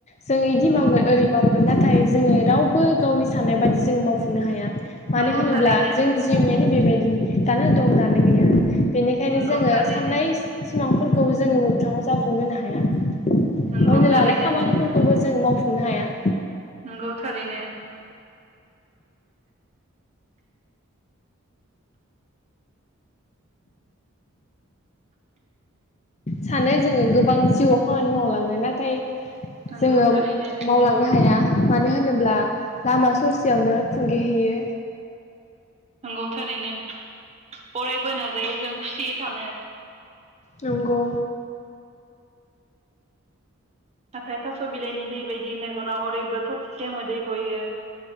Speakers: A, on the left (about 30°); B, on the right (about 30°).
A: जों इदि
B: नंगौ
A: मावगोन ओरै मावगोन नाथाय जोङो रावबो गावनि साननाय बायदि जोङो मावफुंनो हाया। मानो
B: नंगौ
A: होनोब्ला
B: थारैनो
A: जोंनि जिउमायानो बेबायदि। दानो दं दानो गैया बेनिखायनो
B: नंगौ
A: जोङो
B: थारैनो
A: साननाय सिमां फोरखौबो जोङो मोगथाङाव जाफुंहोनो हाया। अननो
B: नंगौ थारैनो
A: लानाय खामानिफोरखौबो जों मावफुं खुं नो हाया
B: नंगौ थारैनो
A: सानो जोंङो गोबां जिउआव खामानि मावलांनो नाथाय
B: नंगौ
A: जोंङो
B: थारैनो
A: मावलांनो हाया मानो होनोब्ला लामा ससेयावनो थुंगेहैयो
B: नंगौ थारैनो फरायबो नाजायो जों खुसियै थानो।
A: नंगौ
B: नाथाय थासबिलाइनि दै बायदि मेगनाव ओरैबो थरथिसे मोदै गयो।